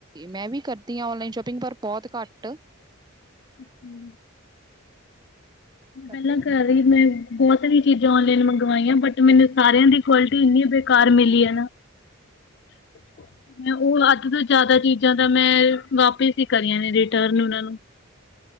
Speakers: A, on the right; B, on the left.
A: ਮੈਂ ਵੀ ਕਰਦੀ ਹਾਂ ਔਨਲਾਈਨ ਸ਼ੋਪਿੰਗ ਪਰ ਬਹੁਤ ਘੱਟ
B: <unintelligible>
A: ਤੁਸੀਂ
B: ਮੈਂ
A: ਕਰਦੇ
B: ਪਹਿਲਾਂ
A: ਹੋ
B: ਕਰ ਰਹੀ ਮੈਂ ਬਹੁਤ ਸਾਰੀਆਂ ਚੀਜ਼ਾਂ ਔਨਲਾਈਨ ਮੰਗਵਾਈਆਂ, ਬਟ ਮੈਨੂੰ ਸਾਰਿਆਂ ਦੀ ਕੁਆਲਿਟੀ ਇੰਨੀ ਬੇਕਾਰ ਮਿਲੀ ਐ ਨਾ <unintelligible> ਉਹ ਅੱਧ ਤੋਂ ਜ਼ਿਆਦਾ ਚੀਜ਼ਾਂ ਤਾਂ ਮੈਂ, ਵਾਪਿਸ ਹੀ ਕਰੀਆਂ ਨੇ ਰਿਟਰਨ ਉਹਨਾਂ ਨੂੰ।